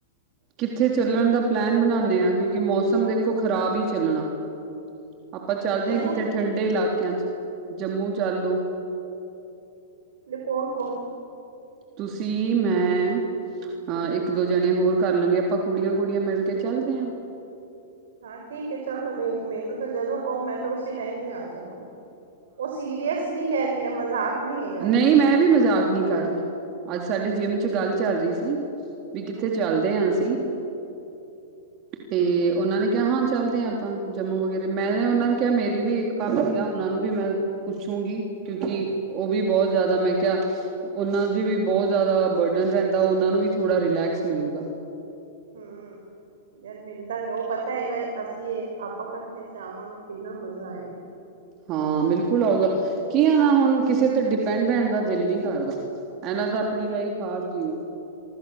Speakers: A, on the right; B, on the right.
A: ਕਿੱਥੇ ਚੱਲਨ ਦਾ ਪਲੈਨ ਬਨਾਨੇ ਆ, ਕਿਉਂਕਿ ਮੌਸਮ ਦੇਖੋ ਖ਼ਰਾਬ ਹੀ ਚੱਲਣਾ। ਆਪਾਂ ਚੱਲਦੇ
B: ਚਲੋ
A: ਹਾਂ, ਕਿਤੇ ਠੰਡੇ ਇਲਾਕਿਆਂ ਚ ਜੰਮੂ ਚੱਲ ਲਓ।
B: ਕੌਨ ਕੌਨ।
A: ਤੁਸੀਂ ਮੈਂ ਅਹ
B: ਹੂੰ
A: ਇੱਕ
B: ਹੂੰ
A: ਦੋ ਜਣੇ ਹੋਰ ਕਰ ਲਾਂਗੇ ਆਪਾਂ ਕੁੜੀਆਂ- ਕੁੜੀਆਂ ਮਿਲਕੇ ਚੱਲਦੇ ਹਾਂ।
B: ਹਾਂ, ਠੀਕ ਹੈ ਚੱਲ ਤਾਂ ਮੇ ਮੈਨੂੰ ਤਾਂ ਜਦੋਂ ਕਹੋ ਮੈਂ ਤਾਂ ਉਸੀ ਟਾਈਮ ਹੀ ਆ ਜਾਵਾਂ। ਓਹ ਸੀਰੀਅਸਲੀ ਕਹਿ ਰਹੀ ਅ ਮਜ਼ਾਕ ਨਹੀਂ ਹੈਗਾ।
A: ਨਈ, ਮੈਂ ਵੀ ਮਜ਼ਾਕ ਨਹੀਂ ਕਰ ਰਹੀ। ਅੱਜ ਸਾਡੇ ਜਿੰਮ ਚ ਗੱਲ ਚੱਲ ਰਹੀ ਸੀ। ਵੀ ਕਿੱਥੇ
B: ਹੂੰ ਹੂੰ
A: ਚੱਲਦੇ ਆ ਅਸੀਂ। ਤੇ ਓਨਾਂ ਨੇ ਕਿਹਾ ਹਾਂ ਚੱਲਦੇ ਆ ਆਪਾਂ ਜੰਮੂ ਵਗੈਰੇ ਮੈਂ ਓਨਾਂ ਨੂੰ ਕਿਹਾ ਮੇਰੀ ਵੀ ਇੱਕ ਪਾਬੀ ਆ ਓਨਾਂ ਨੂੰ ਵੀ ਮੈਂ ਪੁੱਛੂਗੀ ਕਿਉਂਕਿ ਉਹ ਵੀ ਬਹੁਤ ਜ਼ਿਆਦਾ ਮੈਂ ਕਿਹਾ ਓਨਾਂ ਚ ਵੀ ਬਹੁਤ ਜ਼ਿਆਦਾ ਬਰਡਨ ਰਹਿੰਦਾ। ਉਹਨਾਂ ਨੂੰ ਵੀ ਥੋੜਾ ਰਿਲੈਕਸ ਮਿਲੂਗਾ।
B: ਹਮ ਯਾਰ ਮਿਲਦਾ ਵੈ ਓਹ ਪਤਾ। ਪਏਗਾ ਏ। ਅਸੀਂ ਆਪਾਂ ਇਕੱਠੇ ਜਾਵਾਂਗੇ ਕਿੰਨਾ ਮਜ਼ਾ ਆਏਗਾ।
A: ਹਾਂ, ਬਿਲਕੁਲ ਆਊਗਾ ਕੀ ਆ ਨਾ ਹੁਨ ਕਿਸੇ ਤੇ ਡਿਪੈਂਡ ਰਹਿਣ ਦਾ ਦਿਲ ਨੀ ਕਰਦਾ। ਐਨਾਂ ਤਾਂ ਆਪਣੀ ਲਾਈਫ ਆਪ ਜੀਓ।